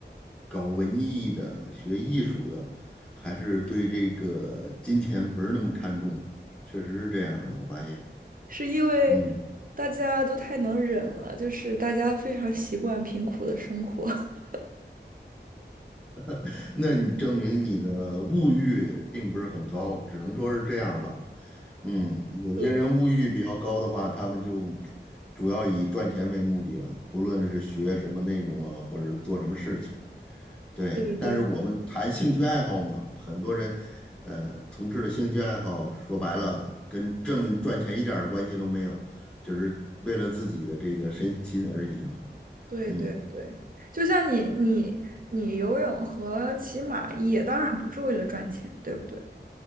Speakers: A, in the centre; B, on the right.
A: 搞文艺的、学艺术的，还是对这个金钱不是那么看重，确实是这样的。我发现，
B: 是因为
A: 嗯，
B: 大家都太能忍了，就是大家非常习惯贫苦的生活。<laughs>
A: <laughs> 那你证明你的物欲并不是很高，只能说是这样吧。嗯，有些人物欲比较高的话，
B: 对
A: 他们就主要以赚钱为目的了，不论是学什么内容啊，或者是做什么事情。对，
B: 对对
A: 但是我们谈兴趣爱好嘛，很多人，呃，从事的兴趣爱好，说白了跟挣赚钱一点儿关系都没有，只是为了自己的这个身心而已嘛。
B: 对对对，
A: 嗯，
B: 就像你你你游泳和骑马也当然不是为了赚钱，对不对？